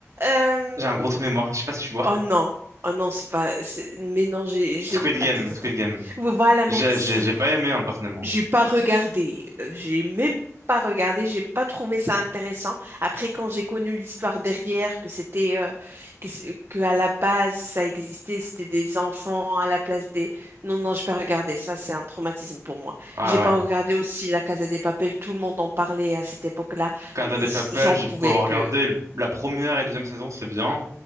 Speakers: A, on the right; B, on the right.
A: euh,
B: J'ai un gros trou de mémoire. Je sais pas si tu vois.
A: Oh non, oh non, c'est pas. c'est- Mais non, j'ai, j'ai.
B: Squid Game,
A: Attends,
B: Squid
A: attends, attends.
B: Game.
A: Voilà,
B: J'ai,
A: merci.
B: j'ai, j'ai pas aimé, hein, personnellement.
A: J'ai pas regardé, euh, j'ai même pas regardé, j'ai pas trouvé ça intéressant. Après, quand j'ai connu l'histoire derrière, que c'était euh, que, c'est- que à la base ça existait, c'était des enfants à la place des. Non, non, j'ai pas regardé. Ça, c'est un traumatisme pour moi.
B: Ouais,
A: J'ai pas
B: ouais.
A: regardé aussi La Casa des Papel. Tout le monde en parlait à cette époque-là.
B: Casa
A: Pff,
B: de Papel,
A: J'en
B: j'ai
A: pouvais
B: pu avoir
A: plus.
B: regardé le- la première et deuxième saison, c'est bien.